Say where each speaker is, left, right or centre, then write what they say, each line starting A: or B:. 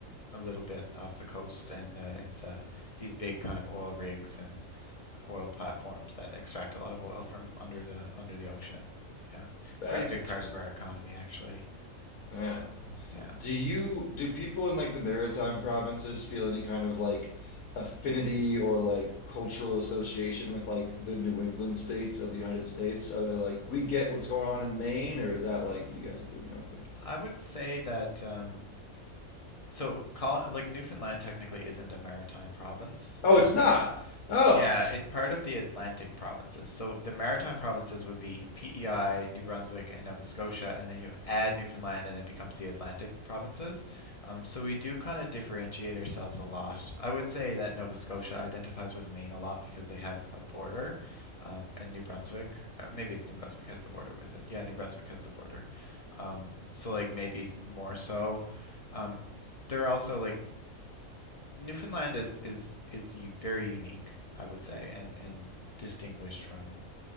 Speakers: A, on the left (about 35°); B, on the left (about 80°).
A: a little bit off the coast and uh, it's uh these big kind of oil rigs and oil platforms that extract a lot of oil from under the under the ocean. Yeah.
B: That's
A: Pretty big
B: interesting.
A: part of our economy actually.
B: Yeah.
A: Yeah.
B: Do you do people in like the maritime provinces feel any kind of like affinity or like cultural association with like the New England states of the United States? Are they like we get what's going on in Maine, or is that like
A: Hmm.
B: you guys are doing your own thing?
A: I would say that um, so call like Newfoundland technically isn't a maritime province,
B: Oh,
A: um,
B: it's not. Oh,
A: yeah, it's part of the Atlantic provinces. So the Maritime provinces would be PEI, New Brunswick, and Nova Scotia, and then you add Newfoundland and it becomes the Atlantic provinces. Um, so we do kind of differentiate ourselves a lot. I would say that Nova Scotia identifies with Maine a lot because they have a border, um, and New Brunswick, uh, maybe it's New Brunswick has the border with it. Yeah, New Brunswick has the border. Um, so like maybe s- more so. Um, they're also like Newfoundland is is is u- very unique, I would say, and and distinguished from